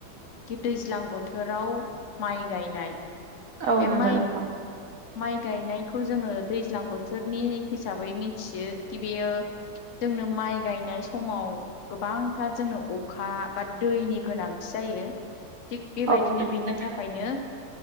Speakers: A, on the left; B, on the right.
A: खि दैज्लां बोथोराव माइ गायनाय
B: औ
A: बे
B: नंगौ
A: माइ
B: नोंथां
A: माइ गायनायखौ जोङो दैज्लां बोथोरनि हिसाबै मिथियो कि बेयो जों नों माय गानाय समाव गोबांथार जोंनो अखा बा दैनि गोनांथि जायो। थिग बेबायदिनो
B: औ नंगौ
A: बिनि थाखायनो